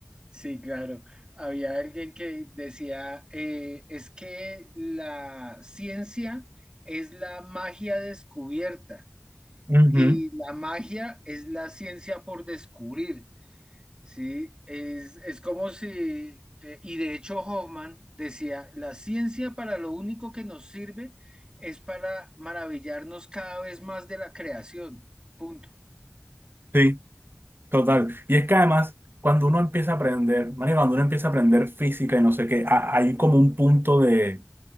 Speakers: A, on the right; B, on the right.
A: sí, claro. Había alguien que decía, eh, es que la ciencia es la magia descubierta
B: ujú,
A: y la magia es la ciencia por descubrir. Sí, es, es como si, de- y de hecho Hoffman decía, la ciencia para lo único que nos sirve es para maravillarnos cada vez más de la creación. Punto.
B: sí, total. Y es que además cuando uno empieza a aprender, María, cuando uno empieza a aprender física y no sé qué, ha- hay como un punto de,